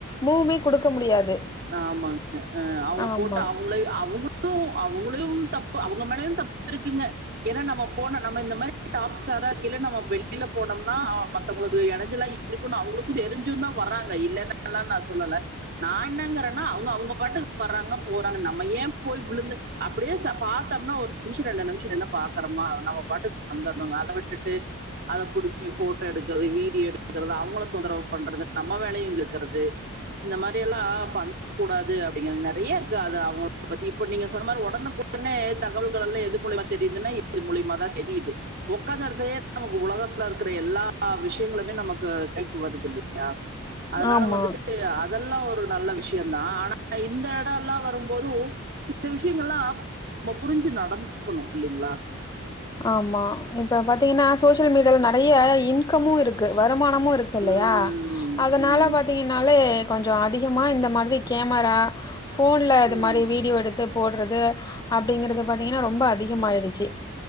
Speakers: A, on the left (about 15°); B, on the right (about 45°).
A: மூவ்மே குடுக்க முடியாது
B: நாமாங் அஅ அவ்ங்கள
A: ஆமா
B: போட் அவ் வுங்ளை அவ்ங் ளு அவ்ங்களையு தப்பு அவங்க மேலயு தப் இருக்குங்க ஏன்னா நம்ம போன நம் இந்த மாரி டாப் ஸ்டாரா கீழே நம்ம வெயில்ல போனம்னா மத்தவங்ளுக்கு எடஞ்சலா இருக்குனு அவ்ங்ளு தெரிஞ்சுந்தா வராங்க இல்லேன்னல்லா நா சொல்லல நாய் என்னங்கறங்கா அவ்ங்க அவ்ங்க பாட்டுக் வர்றாங்க போறாங்க நம்ம ஏ போய் விழுந்து அப்டேஸா பாத்தம்னா ஒர் நிம்ஷு ரெண்டு நிம்ஷு ரின்னு பாக்கறம்மா நவ் பாட்டுக் வந்துர்ணுங்க அத விட்டுட்டு அதை பிடிச்சு ஃபோட்டோ எடுக்கிறது வீடியோ எடுக்கிறது அவுங்கள தொந்தரவு பண்றது நம்ம வேலையு கெடுக்குறது இந்த மாரி எல்லா பண் கூடாது அப்டிங்கங்க நறைய இருக்கு அது அவுங்க பத்தி நீங்க சொன்ன மாரி உடனுக்கு உடனே தகவல்கள் எல்லா எது மூலியமா தெரியுதுன்னா இது மூலயமாதா தெரியுது உக்காந்த இடத்துலயே நமக்கு உலகத்துல இருக்கிற எல்லா விஷயங்களுமே நமக்கு கைக்கு வருது இல்லையா அதுனால
A: ஆமா
B: வந்துட்டு அதெல்லா ஒரு நல்ல விஷ ஷயோந்தா ஆனா இந்த இட எல்லா வரும்போது சில விஷயங்கள்ல்லா நம்ம புரிஞ்சு நடந்துக்கணு இல்லைங்களா
A: ஆமா இப்ப பாத்தீங்கன்னா சோசியல் மீடியால நறைய இன்கமு இருக்கு வருமானமு இருக்கு இருக்கு இல்லையா
B: உம்
A: அதனால
B: உம்
A: பாத்திங்கனாலே கொஞ்சோ இந்த மாதிரி கேமரா ஃபோன்ல இது
B: உம்
A: மாரி வீடியோ எடுத்து போடுறது அப்படிங்கறது பாத்தீங்கன்னா ரொம்ப அதிகமாயிடுச்சு